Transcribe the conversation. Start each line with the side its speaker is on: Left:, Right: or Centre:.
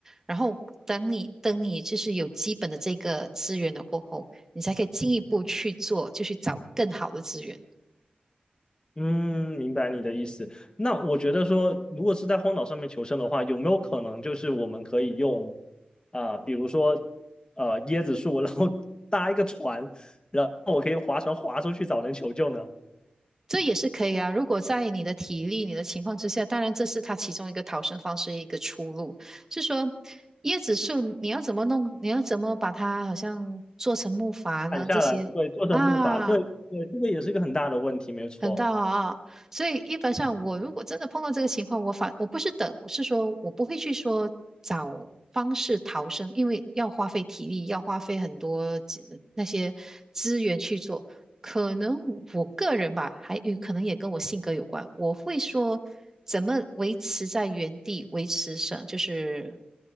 Right: 然后等你等你就是有基本的这个资源了过后，你才可以进一步去做，就去找更好的资源。
Left: 嗯，明白你的意思。那我觉得说，如果是在荒岛上面求生的话，有没有可能就是我们可以用啊、比如说呃椰子树，然后搭一个船，然后我可以划船划出去找人求救呢？
Right: 这也是可以啊，如果在你的体力、你的情况之下，当然这是它其中一个逃生方式、一个出路。是说椰子树你要怎么弄？你要怎么把它好像做成木筏呢？
Left: 砍下来，
Right: 这些啊。
Left: 对，做成步伐，对对，这个也是一个很大的问题，没错。
Right: 很大啊，所以一般上我如果真的碰到这个情况，我反我不是等，我是说我不会去说找方式逃生，因为要花费体力，要花费很多资那些资源去做。可能我个人吧，还有可能也跟我性格有关，我会说怎么维持在原地，维持生就是